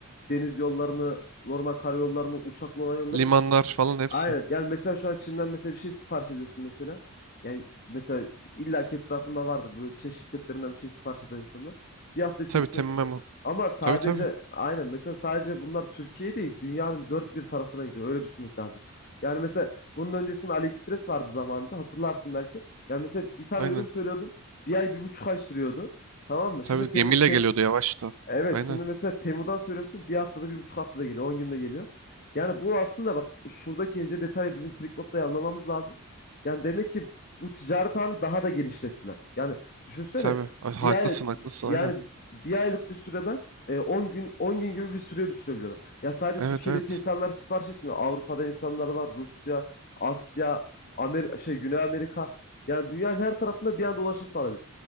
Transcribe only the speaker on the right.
Limanlar falan hepsi.
Tabii temmem.
Tabii tabii.
Aynen.
Tabii
gemiyle
geliyordu yavaşta.
Aynen.
Tabii. Ha-
Haklısın
haklısın
aynen.
Evet
evet.